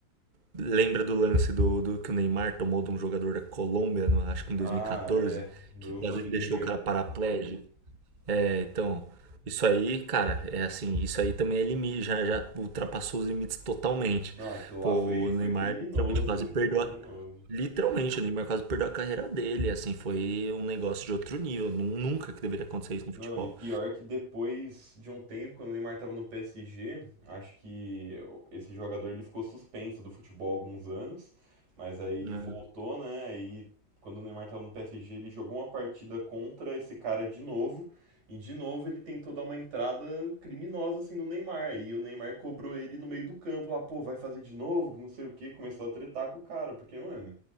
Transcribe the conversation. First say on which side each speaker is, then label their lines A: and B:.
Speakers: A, on the right (about 35°); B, on the right (about 85°).
A: Lembra do lance do, do que o Neymar tomou de um jogador da Colômbia, no- acho que em
B: Ah,
A: 2014,
B: é, do
A: que quase
B: Zuniga.
A: ele deixou o cara paraplégico? É, então, isso aí, cara, é assim, isso aí também é limite, já, já ultrapassou os limites totalmente.
B: Não, aquilo
A: Pô,
B: lá foi,
A: o
B: foi
A: Neymar
B: criminoso,
A: literalmente quase perdeu
B: criminoso.
A: a. Literalmente, o Neymar quase perdeu a carreira dele, assim, foi um negócio de outro nível. nu- Nunca que deveria acontecer isso no
B: Não,
A: futebol.
B: e pior que depois de um tempo, quando o Neymar estava no PSG, acho que esse jogador ele ficou suspenso do futebol há alguns anos, mas aí ele
A: né?
B: voltou, né? E quando o Neymar estava no PSG, ele jogou uma partida contra esse cara de novo, e de novo ele tentou dar uma entrada criminosa assim no Neymar, e o Neymar cobrou ele no meio do campo, lá, pô, vai fazer de novo, não sei o quê, começou a tretar com o cara, porque, mano,